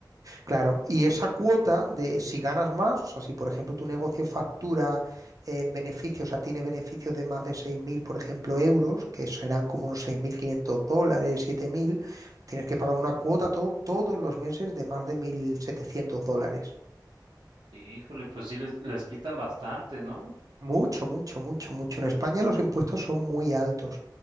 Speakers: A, on the right; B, on the right.
A: Claro, y esa cuota de si ganas más, o sea, si por ejemplo tu negocio factura en beneficios, o sea, tiene beneficios de más de 6.000, por ejemplo, euros, que serán como unos 6.500 dólares, 7.000, tienes que pagar una cuota to- todos los meses de más de 1.700 dólares.
B: híjole, pues sí les, les quitan bastante, ¿no?
A: Mucho, mucho, mucho, mucho. En España los impuestos son muy altos.